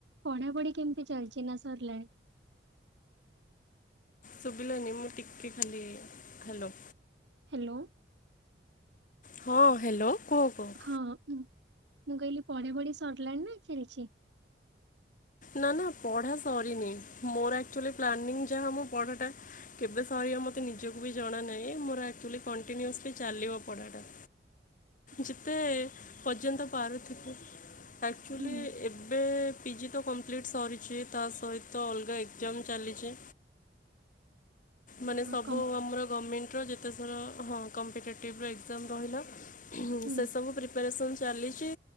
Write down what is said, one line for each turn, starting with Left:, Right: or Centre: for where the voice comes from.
Right: ପଢା ପଢି କେମିତି ଚାଲିଛି ନା ସରିଲାଣି।
Left: ଶୁଭିଲାନିି, ମୁଁ ଟିିକେ ଖାଲି ହ୍ୟାଲୋ
Right: ହ୍ୟାଲୋ।
Left: ହଁ, ହ୍ୟାଲୋ କୁହ କୁହ।
Right: ହଁ, ମୁ ମୁଁ କହିଲି ପଢି ପଢି ସରିଲାଣି ନା ଚଲିଛି।
Left: ନା ନା ପଢା ସରିନ ମୋର ଆକଚୁଆଲି ପ୍ଲାନିଂ ଯାହା ମୁ ପଢାଟା କେବେ ସରିବ ମୋତେ ନିଜକୁ ବି ଜଣା ନାହିଁ। ମୋର ଆକଚୁଆଲି କଣ୍ଟିନ୍ୟୁୟସଲି ଚାଲିବ ପଢ଼ାଟା।
Right: ହ <inaudible>
Left: ଯେତେ ପର୍ଯ୍ୟନ୍ତ ପାରୁଥିବେ। ଆକଚୁଆଲି
Right: ହୁଁ
Left: ଏବେ ପି ଜି ତ କମ୍ପ୍ଲିଟ୍ ସରିଛି। ତା ସହିତ ଅଲଗା ଏକଜାମ ଚାଲିଛି। ମାନେ
Right: ହଁ
Left: ସବୁ
Right: କମ୍
Left: ଆମର ଗମେଣ୍ଟର ଯେ ଥର ହଁ କମ୍ପିଟେଟିଭ ର ଏକଜାମ ରହିଲା
Right: ହୁଁ
Left: ସେସବୁ ପ୍ରି ପ୍ରିପାରେସନ୍ ଚାଲିଛି